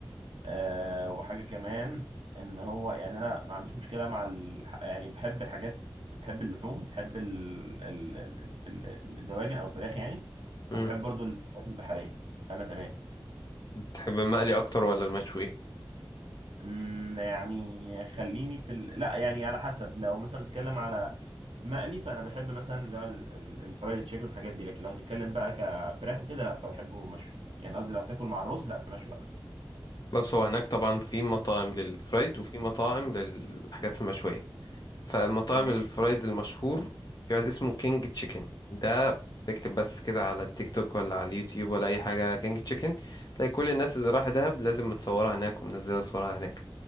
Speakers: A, on the right; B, on the left.
A: آه وحاجه كمان ان هو يعني انا ما عنديش مشكله مع ال... يعني بحب الحاجات بحب اللحوم بحب ال... ال... ال... ال- الدواجن او الفراخ يعني
B: امم
A: وبحب برضو الحاجات البحريه انا تمام
B: بتحب المقلي اكتر ولا المشوي
A: أمم، يعني خليني في ال... لا يعني على حسب لو مثلا بتتكلم على مقلي فانا بحب مثلا اللي هو ال- ال- الفرايد تشيكن والحاجات دي لكن لو هتتكلم بقى كفراخ وكده لا فبحبه مشوي يعني قصدي لو تاكل مع الرز لا فمشوي اكتر
B: بس هو هناك طبعا في مطاعم للفرايد وفي مطاعم للحاجات المشوية فمطاعم
A: ماشي
B: الفرايد المشهور يقعد اسمه كينج تشيكن ده تكتب بس كده على التيك توك ولا على اليوتيوب ولا اي حاجه كينج تشيكن تلاقي كل الناس اللي راح دهب لازم متصوره هناك ومنزله صورها هناك